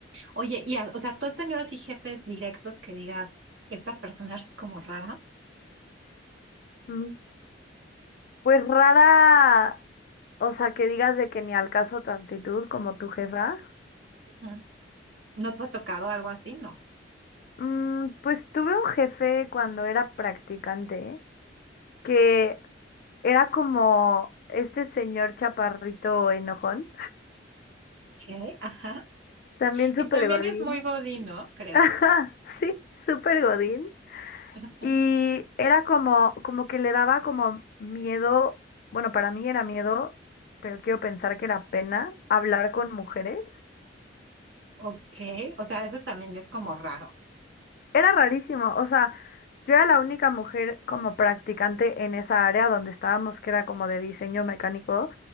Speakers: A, on the right; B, on the left.
A: Oye, y, a- o sea, ¿tú has tenido así jefes directos que digas, esta persona es como rara?
B: mm, pues rara, o sea, que digas de que ni al caso tu actitud como tu jefa.
A: Ujú. ¿No te ha tocado algo así? No.
B: Mm, pues tuve un jefe cuando era practicante que Era como este señor chaparrito enojón,
A: ¿Qué? Ajá.
B: también súper
A: Que también
B: godín.
A: es muy Godín, ¿no?
B: <laughs>
A: Creo.
B: Ajá, sí, súper godín.
A: Ujú.
B: Y era como, como que le daba como miedo, bueno, para mí era miedo, pero quiero pensar que era pena hablar con mujeres.
A: Ok, o sea, eso también ya es como raro.
B: Era rarísimo, o sea, yo era la única mujer como practicante en esa área donde estábamos, que era como de diseño mecánico,